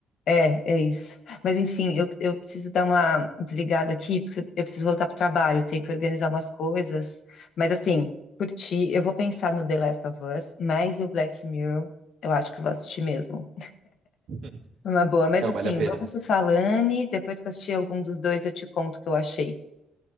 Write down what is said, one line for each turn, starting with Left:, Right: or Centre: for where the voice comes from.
Left: É, é isso. Mas enfim, eu, eu preciso dar uma desligada aqui, porque eu preciso voltar pro trabalho, tenho que organizar umas coisas. Mas assim, por ti, eu vou pensar no The Last of Us, mas o Black Mirror, eu acho que eu vou assistir mesmo.
Right: <laughs>
Left: É Uma boa, mas
Right: Não,
Left: assim,
Right: vale a pena.
Left: vamos se falando e depois que eu assistir algum dos dois, eu te conto o que eu achei,